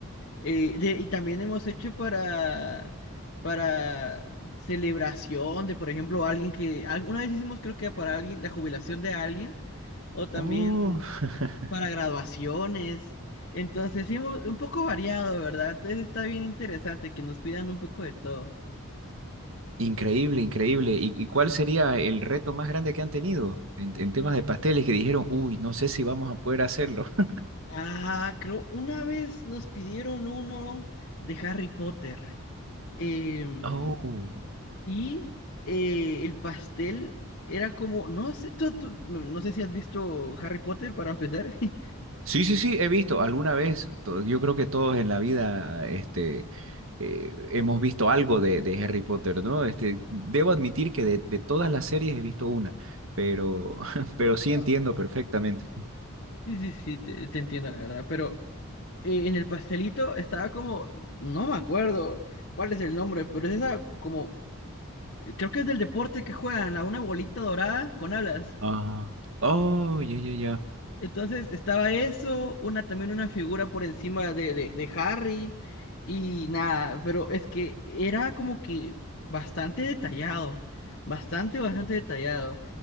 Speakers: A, on the left (about 50°); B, on the right (about 65°).
A: Eh, de- y también hemos hecho para, para celebración de, por ejemplo, alguien que, alguna vez hicimos creo que para alguien, la jubilación de alguien, o también
B: Oh, <laughs>
A: para graduaciones. Entonces, sí, hemos- un poco variado, ¿verdad? Entonces está bien interesante que nos pidan un poco de todo.
B: increíble, increíble. ¿Y, y cuál sería el reto más grande que han tenido en, en temas de pasteles que dijeron, uy, no sé si vamos a poder hacerlo? <laughs>
A: Ah, creo, una vez nos pidieron uno de Harry Potter. Em,
B: Oh.
A: Y eh, el pastel era como, no sé, tú- tú- no, no sé si has visto Harry Potter para empezar. <laughs> Sí,
B: Sí, sí, sí, he visto alguna vez, to- yo creo que todos en la vida este, eh, hemos visto algo de, de Harry Potter, ¿no? Este, debo admitir que de, de todas las series he visto una, pero, <laughs> pero sí
A: Ah,
B: entiendo perfectamente.
A: sí, sí, te, te entiendo la verdad, pero eh, en el pastelito estaba como, no me acuerdo cuál es el nombre, pero es esa como, creo que es del deporte que juegan, la una bolita dorada con alas.
B: Ah, oh, ya, ya, ya.
A: Entonces estaba eso, una también una figura por encima de, de, de Harry y nada, pero es que era como que bastante detallado, bastante, bastante detallado.